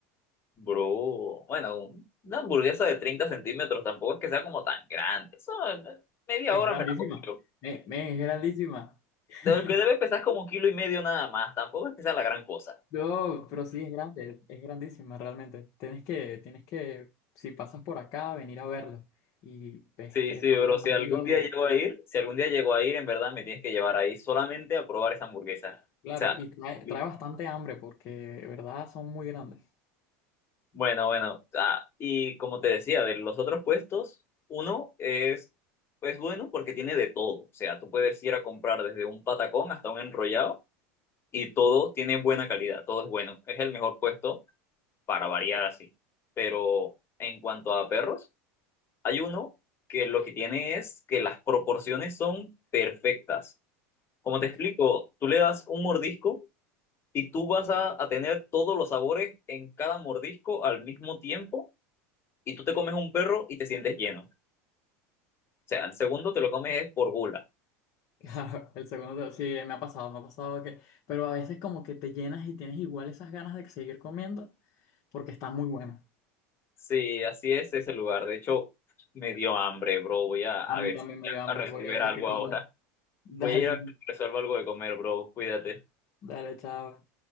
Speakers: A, on the left (about 35°); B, on the left (about 55°).
A: bro. Bueno, un- una hamburguesa de treinta centímetros tampoco es que sea como tan grande. Eso, eh, media
B: Es
A: hora
B: grandísima.
A: me la comí yo.
B: Eh, men, es grandísima. <laughs>
A: De lo que debe pesar como un kilo y medio nada más. Tampoco es que sea la gran cosa.
B: No, pero sí es grande, es grandísima realmente. Tienes que, tienes que, si pasas por acá, venir a verlo. Y ves
A: Sí,
B: que
A: sí,
B: vas
A: bro,
B: con
A: si
B: amigos
A: algún día
B: y,
A: llego a ir, si algún día llego a ir, en verdad me tienes que llevar ahí solamente a probar esa hamburguesa. O
B: claro,
A: sea,
B: y trae,
A: li-
B: trae bastante hambre porque de verdad son muy grandes.
A: bueno, bueno. ah, y como te decía, de los otros puestos, uno es, pues bueno porque tiene de todo. O sea, tú puedes ir a comprar desde un patacón hasta un enrollado y todo tiene buena calidad, todo es bueno. Es el mejor puesto para variar así. Pero en cuanto a perros, hay uno que lo que tiene es que las proporciones son perfectas. Como te
B: Ok,
A: explico, tú le das un mordisco y tú vas a, a tener todos los sabores en cada mordisco al mismo tiempo y tú te comes un perro y te sientes lleno. O sea, el segundo te lo comes es por gula.
B: <laughs> claro, el segundo, te- sí, me ha pasado, me ha pasado que, pero a veces como que te llenas y tienes igual esas ganas de seguir comiendo porque está muy bueno.
A: Sí, así es ese lugar. De hecho, me dio hambre, bro. Voy a, a
B: A mí
A: ver,
B: también
A: si
B: me dio hambre,
A: a a resolver
B: voy a ver
A: algo
B: qué como.
A: ahora.
B: <laughs> Dale,
A: Voy a ir a ver si resuelvo algo de comer, bro. Cuídate.
B: dale, chao.